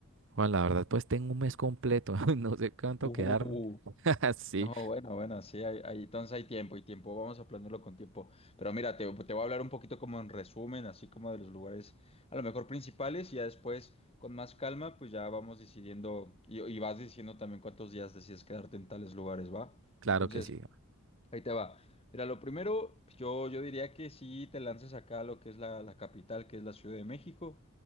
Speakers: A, on the right (about 60°); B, on the left (about 25°).
A: Juan, la verdad, pues tengo un mes completo, <laughs> no sé cuánto
B: Uh,
A: quedarme. <laughs> Sí,
B: No, bueno, bueno, sí, hay, hay- entonces hay tiempo y tiempo, vamos a planearlo con tiempo. Pero mira, te, te voy a hablar un poquito como en resumen, así como de los lugares a lo mejor principales y ya después con más calma, pues ya vamos decidiendo y, y vas diciendo también cuántos días decides quedarte en tales lugares, ¿va?
A: claro
B: Entonces,
A: que sí.
B: Ahí te va. Mira, lo primero, yo, yo diría que si te lances acá a lo que es la, la capital, que es la Ciudad de México.